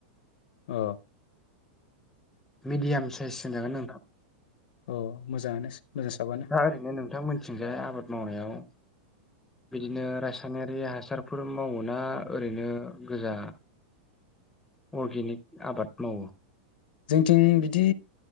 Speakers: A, on the left; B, in the centre.
A: अ
B: मिडियाम साइस होन जागोन नोंथां
A: औ मोजां साबानो
B: दा ओरैनो नोंथां मोनथिंजाय आबाद मावनायाव बिदिनो रासायनारि हासारफोर मावोना ओरैनो गोजा <inaudible> अर्गेनिक आबाद मावो
A: जोंथिं बिदि